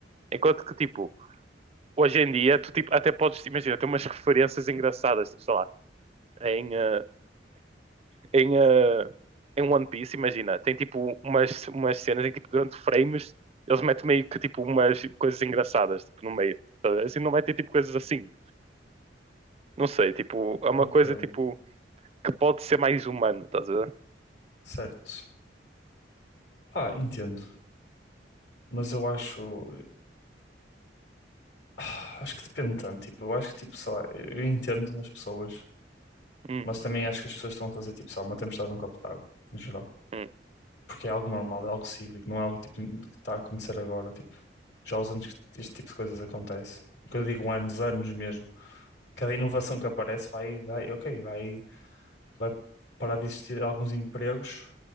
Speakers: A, on the right; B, on the left.
A: Enquanto que, tipo, hoje em dia, tu tipo, até podes, imagina, ter umas referências engraçadas, tipo, sei lá, em, eh, em, uh, em One Piece, imagina, tem tipo umas, umas cenas em que tipo, durante frames eles metem meio que tipo umas coisas engraçadas tipo, no meio. Tá? Assim não vai ter tipo coisas assim. Não sei, tipo, é uma
B: ok,
A: coisa tipo que pode ser mais humano, estás a ver?
B: certo. Pá, entendo. Mas eu acho, ah, acho que depende tanto, tipo, eu acho que, tipo, sei lá, eu entendo as pessoas,
A: Hum,
B: mas também acho que as pessoas estão a fazer, tipo, sei lá, uma tempestade num copo d'água, no geral.
A: hum.
B: porque é algo normal, é algo cíclico, não é algo tipo, que está a acontecer agora. Tipo, já há os anos que este tipo de coisas acontece. E quando eu digo anos, anos mesmo, cada inovação que aparece vai, vai, ok, vai, vai parar de existir alguns empregos,